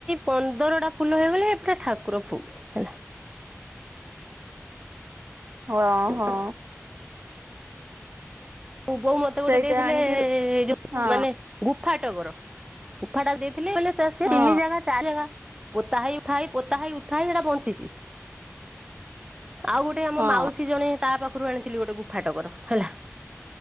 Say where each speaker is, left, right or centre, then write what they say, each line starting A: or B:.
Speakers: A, on the right (about 15°); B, on the right (about 40°).
A: ପନ୍ଦର ଟା ଫୁଲ ହେଇଗଲେ ଏକା ଠାକୁର ଫୁଲ ହେଲା।
B: ହଁ ହଁ।
A: ପୁ ବୋଉ ମତେ
B: ସେଇଟା
A: ଗୋଟେ ଦେଇଥିଲେ
B: ଆଣିକି
A: ଏ ଯୋଉ
B: ହଁ
A: ମାନେ ଗୁଫାଟଗର ଗୁଫାଟା ଦେଇଥିଲେ କହିଲେ ସେ
B: ହଁ
A: ତିନି ଜାଗା ଚାଲେବା ପୋତା ହେଇ ଉଠା ହେଇ ପୋତା ହେଇ ଉଠା ହେଇ ସେଇଟା ବଞ୍ଚିଛି। ଆଉ ଗୋଟେ ଆମ
B: ହଁ
A: ମାଉସୀ ଜଣେ ତା ପାଖରୁ ଆଣିଥିଲି ଗୋଟେ ଗୁଫାଟଗର ହେଲା।